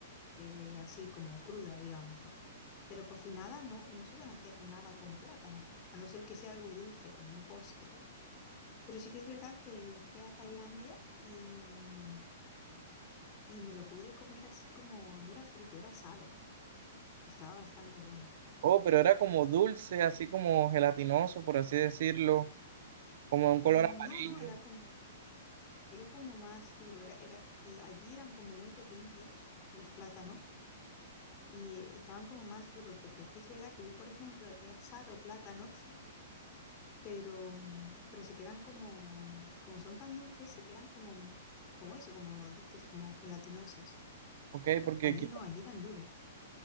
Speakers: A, on the left; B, on the right.
A: eh, así como cruda, digamos, ¿no? Pero cocinada no, no suelen hacer nada con plátano, a no ser que sea algo dulce como un postre. Pero sí que es verdad que viajé a Tailandia y, mm, y me lo pude comer así como, no era frito, era asado y estaba bastante bueno.
B: Oh, pero era como dulce, así como gelatinoso, por así decirlo, como de un color
A: Mm,
B: amarillo.
A: No, no, era como, era como más duro, era, era, allí eran como muy pequeños los plátanos y eh, estaban como más duros, porque aquí es verdad que yo, por ejemplo, he asado plátanos pero, mm, pero se quedan como, como son tan dulces, se quedan como, como eso, como dices, como gelatinosos.
B: Ok, porque
A: Allí
B: qui-
A: no, allí eran duros.